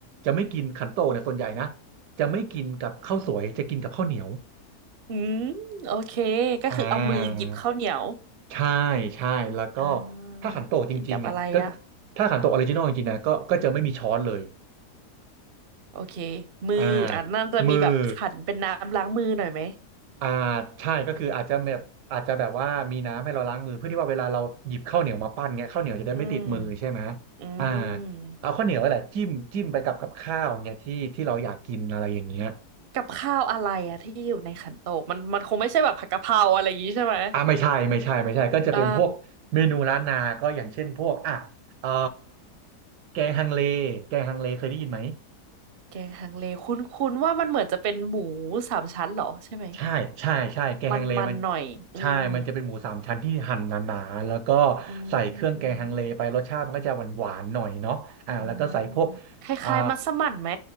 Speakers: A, on the right; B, on the right.
A: จะไม่กินขันโตกเนี่ยส่วนใหญ่นะจะไม่กินกับข้าวสวยจะกินกับข้าวเหนียว
B: อืมโอเคก็คือเอามือหยิบข้าวเหนียว
A: อ่าใช่ใช่แล้วก็
B: อ่
A: ถ้าขันโตกจริงๆเนี่ยก็
B: ากินกับอะไรอ่ะ
A: ถ้าขันโตกออริจินอลจริงๆนะก็ก็จะไม่มีช้อนเลย
B: โอเคมืออ่ะนั่นจะมีแบบขันเป็นน้ำล้างมือหน่อยไหม
A: อ่ามืออ่าใช่ก็คืออาจจะแบบอาจจะแบบว่ามีน้ำให้เราล้างมือเพื่อที่ว่าเวลาเราหยิบข้าวเหนียวมาปั้นเงี้ยข้าวเหนียวจะได้ไม่ติดมือใช่ไหม
B: อืมอืม
A: อ่าเอาข้าวเหนียวไว้แหละจิ้มจิ้มไปกับกับข้าวเงี้ยที่ที่เราอยากกินอะไรอย่างเงี้ย
B: กับข้าวอะไรอ่ะที่อยู่ในขันโตกมันมันคงไม่ใช่แบบผัดกะเพราอะไรอย่างงี้ใช่ไหม
A: อ่าไม่ใช่ไม่ใช่ไม่ใช่ก็จะเป็นพวกเมนูล้านนาก็อย่างเช่นพวกอ่ะเอ่อ
B: อ่า
A: แกงฮังเลแกงฮังเลเคยได้ยินไหม
B: แกงฮังเลคุ้นคุ้นว่ามันเหมือนจะเป็นหมูสามชั้นเหรอใช่ไหม
A: ใช่ใช่ใช่แกงฮังเลมัน
B: มันมันหน่อยอืม
A: ใช่มันจะเป็นหมูสามชั้นที่หั่นหนาๆแล้วก็
B: อื
A: ใส่เครื่องแกงฮังเลไปรสชาติมันก็จะหวานๆหน่อยเนาะอ่าแล้วก็ใส่พวก
B: มอืมคล้ายๆมัสมั่นไหม
A: อ่า